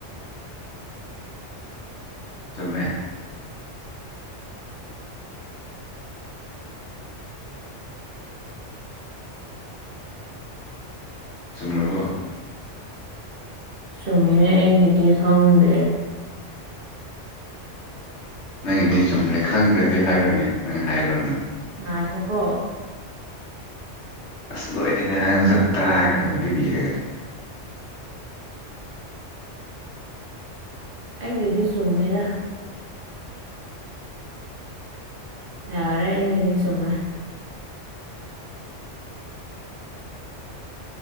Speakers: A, on the left; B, on the right.
A: ꯆꯨꯝꯃꯦ ꯆꯨꯝꯃꯕꯣ
B: ꯆꯨꯝꯃꯦ ꯑꯩꯒꯤꯗꯤ ꯈꯪꯗꯦ
A: ꯅꯪꯒꯤꯗꯤ ꯆꯨꯝꯔꯦ ꯈꯪꯗ꯭ꯔꯗꯤ ꯍꯥꯏꯔꯣꯏꯅꯦ ꯅꯪ ꯍꯥꯏꯔꯨꯔꯅ
B: ꯉꯥꯏꯈꯣꯀꯣ
A: ꯑꯁ ꯂꯣꯏꯔꯦꯗ ꯅꯪꯖꯨ ꯇꯔꯥ ꯈꯛꯇꯪ ꯄꯤꯕꯤꯔꯒ
B: ꯑꯩꯒꯤꯗꯤ ꯆꯨꯝꯃꯦꯗ ꯌꯥꯔꯦ ꯑꯩꯒꯤꯗꯤ ꯆꯨꯝꯃꯦ